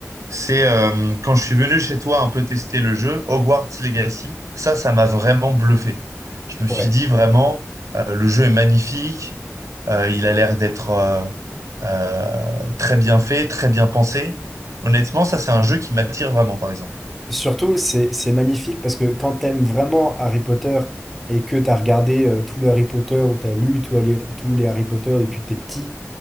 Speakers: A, on the right; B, in the centre.
A: c'est euh, quand je suis venu chez toi un peu tester le jeu, Hogwarts Legacy, ça, ça m'a vraiment bluffé. Je me suis
B: Ouais.
A: dit vraiment, euh, le jeu est magnifique, euh, il a l'air d'être euh, euh, très bien fait, très bien pensé. Honnêtement, ça, c'est un jeu qui m'attire vraiment, par exemple.
B: Surtout, c'est c'est magnifique parce que quand t'aimes vraiment Harry Potter et que t'as regardé euh, tous les Harry Potter ou t'as lu tous les, tous les Harry Potter depuis que t'es petit